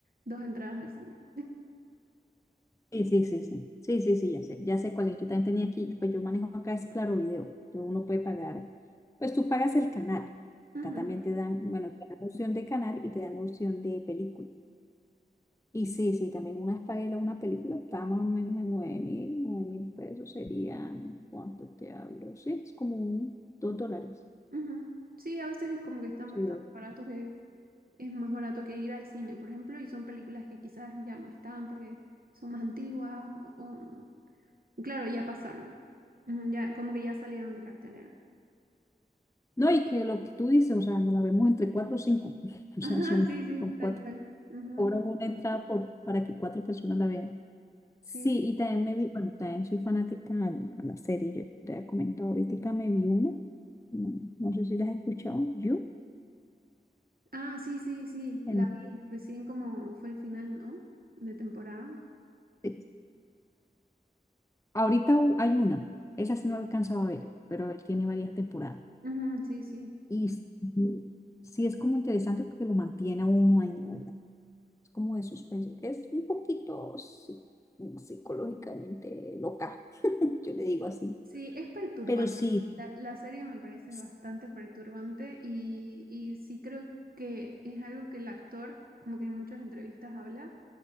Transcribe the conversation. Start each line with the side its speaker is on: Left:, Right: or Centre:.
Right: dos entradas al cine.
Left: Sí, sí, sí, sí, sí, sí, sí, ya sé, ya sé cuál es. Yo también tenía aquí, pues yo manejo acá es Claro Video. Yo uno puede pagar, pues tú pagas el canal.
Right: Ujú.
Left: Acá también te dan, bueno, te dan la opción de canal y te dan la opción de película. Y sí, sí, también una vez pagué la- una película, estaba más o menos en nueve mil, nueve mil pesos serían, ¿cuánto te hablo? Sí, es como un, 2 dólares,
Right: Ujú. Sí, a veces es como que están
Left: sí,
Right: bastante
Left: dos dólares.
Right: baratos, que es más barato que ir al cine, por ejemplo, y son películas que quizás ya no están porque son más antiguas o, o- claro, ya pasaron. Ujú, ya, como que ya salieron de cartelera.
Left: No, y que lo que tú dices, o sea, nos la vemos entre 4 o 5 <laughs>
Right: <laughs>
Left: o
Right: Ajá,
Left: sea, son,
Right: sí, sí,
Left: son cuatro
Right: tal cual. Ujú,
Left: cobran una entrada por, para que 4 personas la vean. Sí,
Right: Sí, sí.
Left: y también me vi, bueno, también soy fanática a, a la serie, yo te había comentado ahorita, me vi una, no, no sé si la has escuchado, You,
Right: Ah, sí, sí, sí,
Left: en
Right: la vi recién como fue el final, ¿no? De temporada.
Left: Netflix. Ahorita hu- hay una, esa sí no la he alcanzado a ver, pero él tiene varias temporadas.
Right: Ujú, sí, sí.
Left: Y sí, sí es como interesante porque lo mantiene a uno ahí, la verdad. Es como de suspenso. Es un poquito psi- psicológicamente loca, <laughs> yo le digo así.
Right: Sí, es perturbante.
Left: Pero sí,
Right: La, la serie me parece
Left: sí,
Right: bastante perturbante y, y sí creo que es algo que el actor, como que en muchas entrevistas habla,